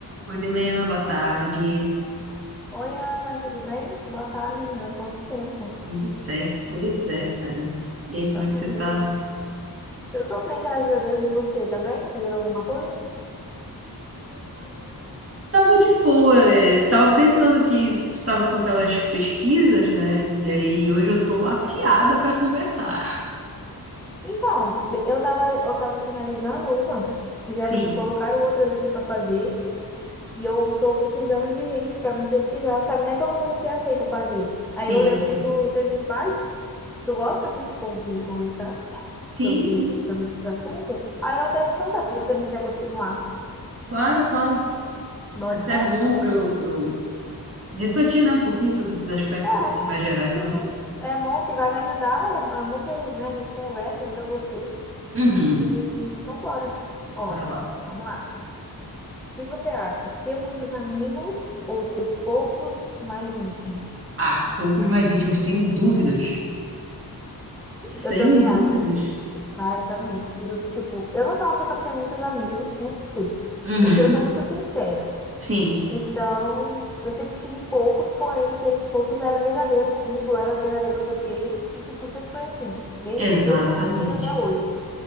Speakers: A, on the right (about 35°); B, in the centre.
A: Oi, Milena, boa tarde.
B: Oi, Ana, tudo bem? Boa tarde, menina. Quanto tempo?
A: tudo certo. Pois é, cara. E aí, como
B: Tá
A: é
B: sumida.
A: que você tá?
B: Eu tô bem, graças a Deus. E você, tá bem? Tá fazendo alguma coisa?
A: Tava de boa, é. Tava pensando que tu tava com aquelas pesquisas, né? E aí hoje eu tô afiada pra conversar.
B: Então, eu tava, eu tava finalizando uma, já
A: Sim,
B: me colocaram outras aqui pra fazer, e eu tô precisando de gente pra me pesquisar, sabe? Não é todo mundo que aceita fazer.
A: sim,
B: Aí eu lembro
A: sim.
B: que tu sempre faz, tu gosta, né, tipo, de conversar
A: Sim,
B: sobre,
A: sim.
B: sobre esses assuntos. Aí eu até te perguntar se você não quer continuar.
A: Claro, claro.
B: Bora
A: Até
B: então?
A: bom pra eu, pra eu refletir, né, um pouquinho sobre esses aspectos
B: É.
A: assim mais gerais.
B: Sim, né? É bom que vai me ajudar, a bom que, né, a gente conversa, ajuda você.
A: Uhum.
B: E então bora. Ó,
A: Bora lá.
B: vamos lá. O que você acha? Ter muitos amigos ou ter poucos mais íntimos?
A: Ah, poucos mais íntimos, sem dúvidas. Sem
B: Eu também
A: dúvidas.
B: acho. Ah, eu também. Prefiro, tipo, eu não sou uma pessoa que tem muitos amigos, nunca fui.
A: Uhum.
B: Porque eu sou muito sincera.
A: Sim.
B: Então, eu sempre tive poucos, porém, aqueles poucos era verdadeiro comigo, eu era verdadeiro com aquele. E, tipo, sempre foi assim. Desde,
A: Exatamente.
B: desde que eu nasci até hoje.